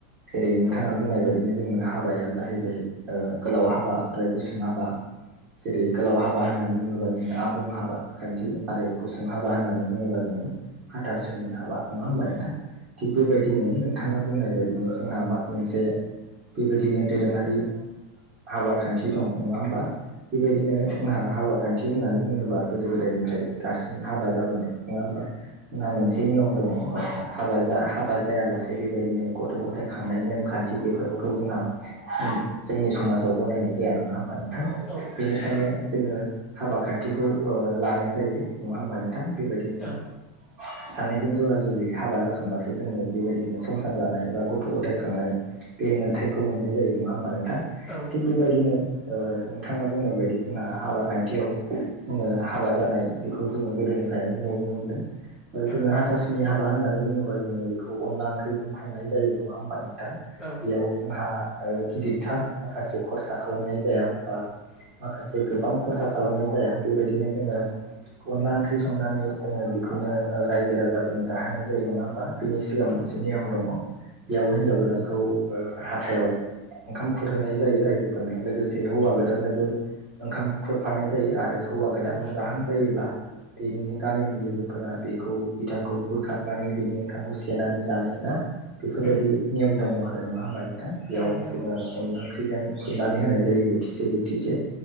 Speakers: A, on the right (about 45°); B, on the left (about 15°).
A: जेरै नोंथाङा
B: औ
A: बुंनाय बायदि जों हाबाया जाहैबाय गोलाव हाबा आरो गुसुं हाबा जेरै गोलाव हाबा होननानै बुङोबा जोङो आबुं हाबा खान्थि आरो गुसुं हाबा होननानै बुङोबा जों हाथासुनि हाबा नङा होमबा नोंथां थिग बेबायदिनो नोंथाङा बुंनाय बायदिनो जोंहा मा मोनसे बेबायदिनो दोरोङारि हाबा खान्थि दं नङा होमबा बेबायदिनो
B: औ
A: जोंहा हाबा खान्थि होननानै बुङोबा गोदो गोदायनिफ्राय दासिम हाबा जाबोनाय नङा होमबा जोंहा मोनसे
B: उम
A: नियम दङ ओ हाबा जा हाबा जायालासे बेबायदिनो गथ' गथाय खांनाय नेमखान्थि बेफोरखौ जोंहा जोंनि समाजाव गनायनाय जाया नङा होमबा नोंथां
B: औ
A: बेनिखायनो जोङो हाबा खान्थिखौ लानाय जायो नङा होमबा नोंथां बेबायदिनो
B: औ
A: सानैजों जरा जरि हाबा जाखांबासो जोङो बेबायदिनो संसार जानाय बा गथ' गथाय खांनाय बे मोनथायखौ मोननाय जायो नङा होमबा नोंथां
B: औ
A: थिग बेबायदिनो ओ नोंथाङा बुंनाय बायदि जोंहा हाबा खान्थियाव जोङो हाबा जानाय बेखौ जोङो गोदोनि फ्राय नुबोनो मोनदों जोङो
B: औ
A: हाथासुनि हाबा होननानै बुङोबा जोङो बेखौ अनला ओंख्रिजों खुंनाय जायो नङा होमबा नों थां
B: औ
A: बेयाव जोंहा गिदिरथार माखासे खरसा खालामनाय जाया बा माखासे गोबां खरसा खालामनाय जा या बेबायदिनो जोङो अनला ओंख्रि संनानै जोङो बेखौनो रायजो राजाफोरनो जाहोनाय जायो नङा होमबा बिनि सिगां मोनसे
B: औ
A: नियम दङ बेयाव हिन्जाव गोदानखौ हाथायाव ओंखाम खुरहोनाय जायो रायजोफोरनो लोगोसे हौवा गोदाननोबो ओंखाम खुरफानाय जायो आरो हौवा गोदाना
B: औ
A: जाहां जायोब्ला बेनिनो गामिनि लोगोफोरा बे खौ बिथांखौ बोखारनानै बिनि ओंखामखौ सेनानै जानाय ना बेफोरबायदि
B: उम
A: नियम दङ आरो आरो नङा होमबा नोंथां बेयाव
B: औ नोंथां
A: जोङो
B: औ
A: अनला ओंख्रिजों खुरनानै होनाय जायो बोथिसे बोथिसे